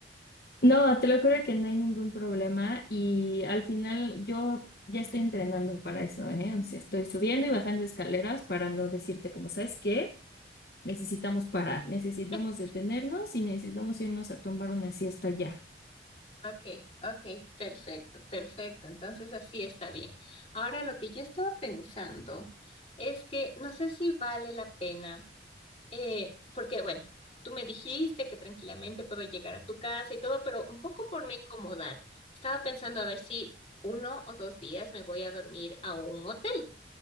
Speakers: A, on the left; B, on the left.
A: No, te lo juro que no hay ningún problema y al final yo ya estoy entrenando para eso, ¿eh? O sea, estoy subiendo y bajando escaleras para no decirte como, ¿sabes qué? Necesitamos parar, necesitamos
B: <laughs>
A: detenernos y necesitamos irnos a tomar una siesta ya.
B: Okay, okay, perfecto, perfecto. Entonces así está bien. Ahora lo que yo estaba pensando es que no sé si vale la pena. Eh, porque bueno, tú me dijiste que tranquilamente puedo llegar a tu casa y todo, pero un poco por no incomodar. Estaba pensando a ver si uno o dos días me voy a dormir a un hotel,